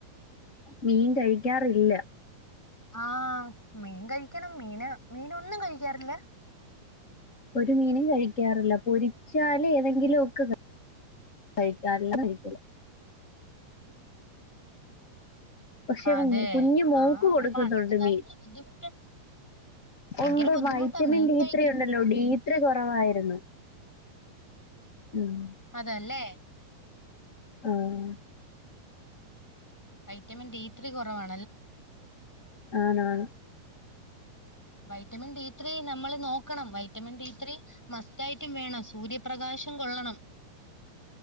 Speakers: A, on the left; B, in the centre.
A: മീൻ കഴിക്കാറില്ല.
B: ആഹ് മീൻ കഴിക്കണം മീന മീനൊന്നും കഴിക്കാറില്ല
A: ഒരു മീനും കഴിക്കാറില്ല പൊരിച്ചാല് ഏതെങ്കിലും ഒക്കെ കഴിക്കാറില്ല <unintelligible> പക്ഷെ
B: അതെ
A: കുഞ്ഞ് മോക്ക്
B: ആഹ്
A: കൊടുക്കുന്നുണ്ട്
B: അപ്പൊ അതിന്റേതായിട്ടുള്ള
A: മീൻ
B: ബുദ്ധിമുട്ട് ഭയങ്കര
A: ഉണ്ട്
B: ബുദ്ധിമുട്ടാ
A: വൈറ്റമിൻ
B: മീൻ
A: ഡി
B: കഴിക്കണം
A: ത്രീ ഉണ്ടല്ലോ ഡീ ത്രീ കുറവായിരുന്നു ഉം
B: അതല്ലേ
A: ആഹ്
B: വൈറ്റമിൻ ഡി ത്രീ കൊറവാ
A: ആണ് ആണ്
B: വൈറ്റമിൻ ഡി ത്രീ നമ്മൾ നോക്കണം വൈറ്റമിൻ ഡി ത്രീ മസ് റ്റായിട്ടും വേണം സൂര്യപ്രകാശം കൊള്ളണം